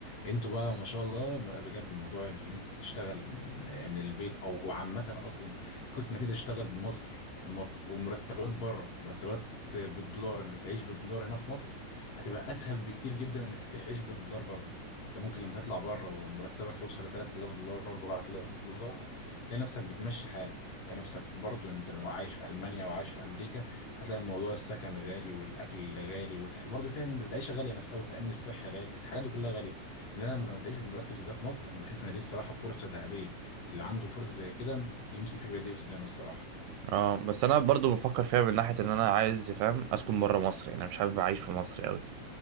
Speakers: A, on the left; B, on the right.
A: انتوا بقى ما شاء الله بجد موضوع اللي انت تشتغل من من البيت او عامه اصلا قصة انك انت تشتغل بمصر من مصر ومرتبات بره مرتبات بالدولار انك تعيش بالدولار هنا في مصر هتبقى اسهل بكتير جدا من انك تعيش بالدولار بره انت ممكن لما تطلع بره ومرتبك يوصل ل 3000 دولار 4000 دولار تلاقي نفسك بتمشي حالك تلاقي نفسك برضو انت لو عايش في المانيا وعايش في امريكا هتلاقي موضوع السكن غالي والاكل غالي والح... برضه فيها إن العيشه غاليه نفسها والتامين الصحي غالي الحاجات دي كلها غاليه انما لما تعيش بمرتب زي ده في مصر انا بشوف ان دي الصراحه فرصه ذهبيه اللي عنده فرصه زي كده يمسك في بايديه وسنانه الصراحه
B: اه بس انا برضو بفكر فيها من ناحيه ان انا عايز فاهم اسكن بره مصر يعني انا مش حابب اعيش في مصر قوي